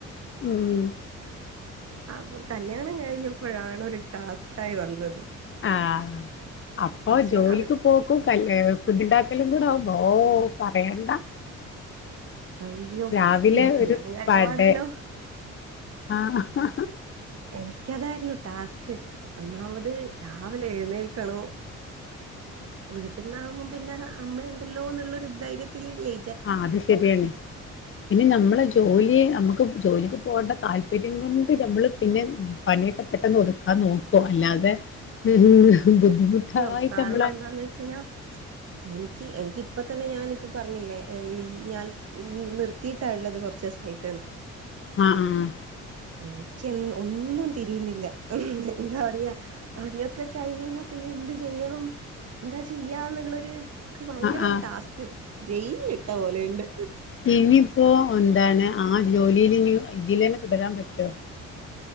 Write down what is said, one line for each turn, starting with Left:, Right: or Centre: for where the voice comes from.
Left: ഉം
Right: അപ്പൊ കല്യാണം കഴിഞ്ഞപ്പഴാണ് ഒരു ടാസ്ക്കായി വന്നത്.
Left: ആഹ് അപ്പൊ
Right: പക്ഷെ
Left: ജോലിക്ക്
Right: അവിടെ
Left: പോക്കും കല്ല്യാ ഏഹ് ഫുഡ്ണ്ടാക്കലും കൂടെ ആകുമ്പോ ഓഹ് പറയണ്ട
Right: അയ്യോ
Left: രാവിലെ
Right: ഫസ്റ്റ് കല്യാണം
Left: ഒരു
Right: കഴിഞ്ഞ
Left: വടെ
Right: പാടല്ലോം
Left: ആഹ്
Right: എനിക്കതായിരുന്നു ടാസ്ക്. ഒന്നാമത് രാവിലെ എഴുന്നേൽക്കണം. വീട്ടിന്നാകുമ്പം പിന്നെ അമ്മയുണ്ടല്ലോന്നുള്ളൊ രു ധൈര്യത്തിലല്ലേ?
Left: ആഹ് അത് ശരിയാണ്. പിന്നെ ഞമ്മളെ ജോലി
Right: ഏത്
Left: നമ്മക്ക് ജോലിക്ക് പോണ്ട താല്പര്യം കൊണ്ട് ഞമ്മള് പിന്നെ പണിയൊക്കെ പെട്ടെന്ന് ഒതുക്കാൻ നോക്കും അല്ലാതെ ഉം ഉം. ബുദ്ധിമുട്ടായിട്ട്
Right: സത്യം കാരണം
Left: നമ്മള്
Right: എന്താന്ന് വെച്ചഴിഞ്ഞാ എനിക്ക് എനിക്ക് ഇപ്പതന്നെ ഞാനിപ്പോ പറഞ്ഞില്ലേ ഏഹ് ലീ ഞാൻ നീ നിർത്തിയിട്ടാ ഇള്ളത് കൊർച്ദിവസായിട്ട്ന്ന്
Left: ആഹ് ആഹ്
Right: എനിക്ക് എൻ ഒന്നും തിരിയുന്നില്ല എൻ എഞ്ഞാ പറയാ പണിയൊക്കെ കഴിഞ്ഞ്ഴിഞ്ഞാ പിന്നെ എന്ത് ചെയ്യണം എന്താ ചെയ്യാന്ന്ള്ളൊര് അത് ഭയങ്കര
Left: ആഹ്
Right: ഒരു
Left: ആഹ്
Right: ടാസ്ക് ജയിലിൽ ഇട്ട പോലെയിണ്ട്
Left: ഇനിപ്പോ എന്താണ് ആ ജോലീലിനി ഇതിലന്നെ തുടരാൻ പറ്റോ